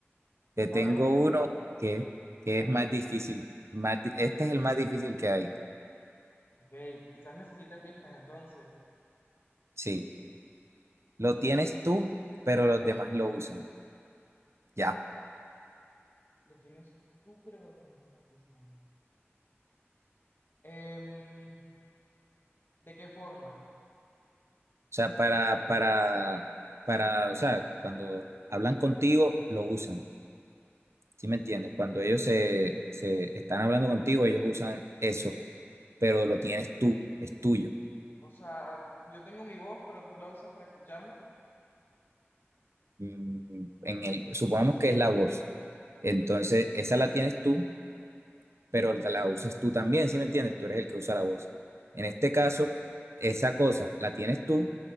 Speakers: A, on the right (about 80°); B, on the left (about 55°).
A: Te
B: A
A: tengo
B: ver, ¿qué tienes
A: uno
B: tú para mí?
A: que, que
B: Algo
A: es más
B: difícil.
A: difícil, más, di- este es el más difícil que hay,
B: Ok, quizás necesite pistas, entonces.
A: sí, lo tienes tú, pero los demás lo usan. Ya.
B: Lo tienes tú, pero los demás no usan. Em, ¿de qué forma?
A: O sea, para, para, para, o sea, cuando hablan contigo, lo usan. ¿Sí me entiendes? Cuando ellos se, se están hablando contigo, ellos usan eso, pero lo tienes tú, es tuyo.
B: O sea, yo tengo mi voz, pero tú la usas para escucharme.
A: Mm, En el, supongamos que es la voz. Entonces, esa la tienes tú, pero la la usas tú también, ¿sí me entiendes? Tú eres el que usa la voz. En este caso, esa cosa la tienes tú,